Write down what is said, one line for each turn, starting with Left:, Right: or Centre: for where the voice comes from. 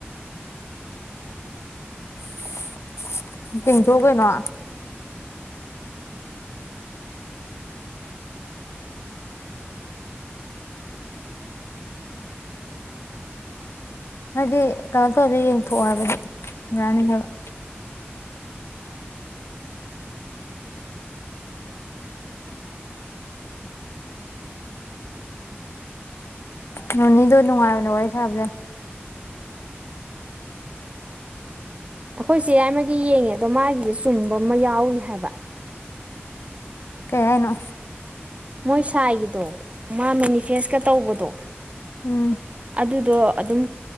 Left: <unintelligible> ꯍꯥꯏꯗꯤ ꯀꯩꯅꯣ ꯇꯧꯔꯗ ꯌꯦꯡꯊꯣꯛꯑꯣ ꯍꯥꯏꯕꯗꯤ ꯌꯥꯅꯤꯗꯕ ꯅꯅꯤꯗꯅꯅꯨꯡꯉꯅ ꯋꯥꯔꯤ ꯁꯥꯕꯗ
Right: ꯑꯩꯈꯣꯏꯁꯦ ꯌꯥꯏꯃꯒꯤ ꯌꯦꯡꯉꯦ ꯑꯗꯣ ꯃꯥꯒꯤꯁꯦ ꯆꯨꯝꯕ ꯑꯃ ꯌꯥꯎꯔꯤ ꯍꯥꯏꯕ
Left: ꯀꯩ ꯍꯥꯏꯅꯣ
Right: ꯃꯣꯏ ꯁꯥꯏꯒꯤꯗꯣ ꯃꯥ ꯃꯦꯅꯤꯐꯦꯁꯀ ꯇꯧꯕꯗꯣ
Left: ꯎꯝ
Right: ꯑꯗꯨꯗꯣ ꯑꯗꯨꯝ